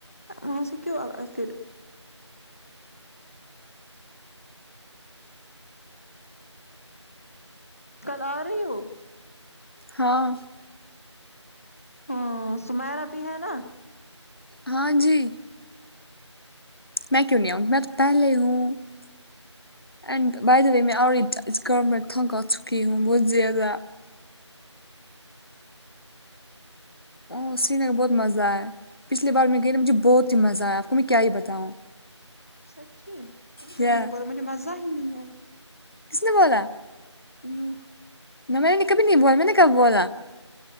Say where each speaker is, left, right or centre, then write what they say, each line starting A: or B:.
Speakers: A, on the left; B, on the left.
A: وہاں سے کیوں پھر کل آ رہی ہو
B: ہاں
A: ہاں سمیرا بھی ہے نا
B: ہاں جی میں کیوں نہیں آؤنگی میں تو پہلے ہوں اینڈ بائی دا وے میں آلریڈی اس گھر میں تنگ آ چکی ہوں بہت زیادہ اس میں بہت مزہ ہے پچھلی بار میں گئی مجھے بہت ہی مزہ آیا آپ کو میں کیا ہی بتاؤں
A: سچی تو
B: یار
A: مجھے بول مجھے مزہ ہی نہیں ہے
B: کس نے بولا
A: یو
B: نہ میں نے کبھی نہیں بولا میں نے کب بولا